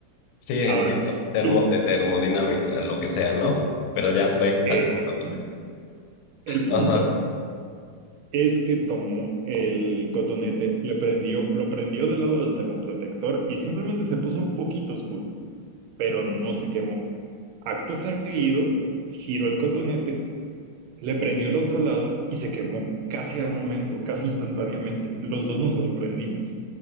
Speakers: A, on the left (about 85°); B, on the right (about 85°).
A: Sí, entiendo.
B: Ahora,
A: Termo
B: y-
A: de termodinámica, lo que sea, ¿no? Pero ya, ve,
B: exactamente.
A: al punto.
B: El punto
A: Ajá.
B: es que tomó el cotonete, le prendió, lo prendió del lado del termoprotector y simplemente se puso un poquito oscuro, pero no se quemó. Acto seguido, giró el cotonete, le prendió el otro lado y se quemó. Casi al momento, casi instantáneamente. Los dos nos sorprendimos.